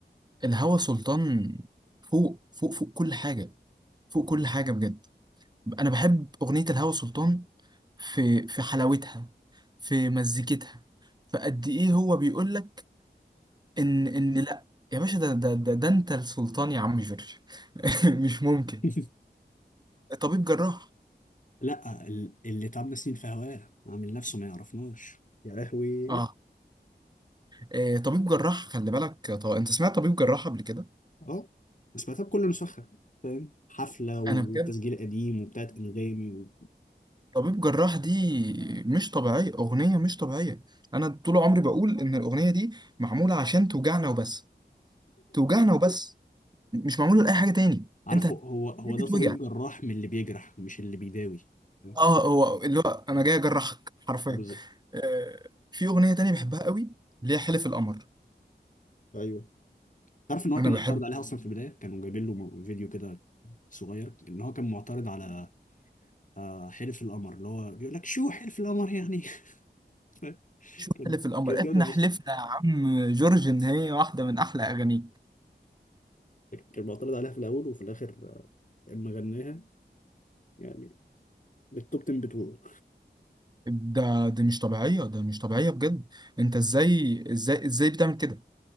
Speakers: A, on the right (about 25°); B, on the left (about 45°).
A: الهوى سلطان فوق فوق فوق كل حاجة فوق كل حاجة بجد أنا بحب أغنية الهوى سلطان في في حلاوتها في مزيكتها فقد إيه هو بيقول لك ان ان لا يا باشا ده ده ده, ده انت السلطان يا عم جورج <laughs> مش ممكن
B: <laughs>
A: طبيب جراح
B: لا ال- اللي تعبنا سنين في هواه عامل نفسه ما يعرفناش يا لهوي
A: اه آه، طبيب جراح خلي بالك طب انت سمعت طبيب جراح قبل كده
B: اه بس ما كله مسخن فاهم حفله وتسجيل
A: انا بجد
B: قديم وبتاعت انغامي و...
A: طبيب جراح دي مش طبيعيه اغنيه مش طبيعيه انا طول عمري بقول ان الاغنيه دي معموله عشان توجعنا وبس توجعنا وبس مش معموله لاي حاجه تاني
B: عارفه
A: انت
B: هو هو
A: هتتوجع
B: ده طبيب جراح من اللي بيجرح مش اللي بيداوي فاهم؟
A: اه هو اللي هو انا جاي اجرحك حرفيا
B: بالظبط
A: آه، في اغنيه تانية بحبها قوي اللي هي حلف القمر
B: ايوه تعرف ان هو
A: انا
B: كان
A: بحب
B: معترض عليها اصلا في البدايه كانوا جايبين له م- فيديو كده صغير ان هو كان معترض على آه، حلف القمر اللي هو بيقول لك شو حلف القمر يعني <laughs>
A: شو
B: كان-
A: حلف القمر
B: كانت
A: احنا
B: جامده
A: حلفنا
B: فشخ
A: يا عم جورج ان هي واحدة من احلى اغانيك
B: كان معترض عليها في الاول وفي الاخر آه، اما غناها يعني التوب 10 بتوعه
A: ده دي مش طبيعية ده مش طبيعية بجد انت ازاي ازاي ازاي بتعمل كده